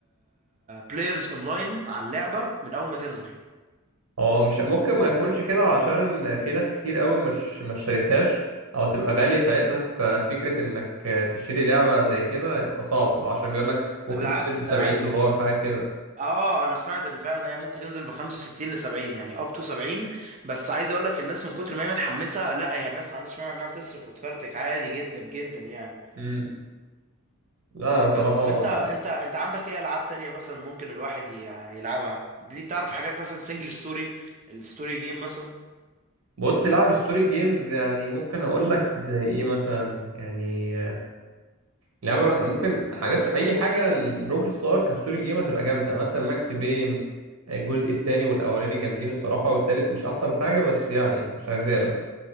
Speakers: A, on the right; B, on the right.
A: بلايرز اونلاين على اللعبه من اول ما تنزل
B: هو مش ممكن ما يكونش كده عشان في ناس كتير قوي مش ما اشتريتهاش او تبقى غالية ساعتها ففكرة انك تشتري لعبة زي كده يبقى صعب عشان بيقول لك ممكن
A: ده بالعكس
B: تنزل ب
A: ده
B: 70
A: انا عايز
B: دولار حاجة كده
A: اه انا سمعت ان فعلا هي ممكن تنزل ب 65 ل 70 يعني اب تو 70 بس عايز اقول لك الناس من كتر ما هي متحمسه لا هي الناس ما عندهاش مانع انها تصرف وتفرتك عادي جدا جدا يعني
B: امم لا صراحة
A: بس طب انت انت انت عندك ايه العاب تانية مثلا ممكن الواحد ي- يلعبها ليه تعرف حاجات مثلا سنجل ستوري الستوري جيم مثلا
B: بص لعب الستوري جيمز يعني ممكن اقول لك زي ايه مثلا يعني لعبه ممكن حاجات اي حاجه الروك ستار كستوري جيم هتبقى جامده مثلا ماكس بين الجزء التاني والاولاني جامدين الصراحه والتالت مش احسن حاجه بس يعني شغاله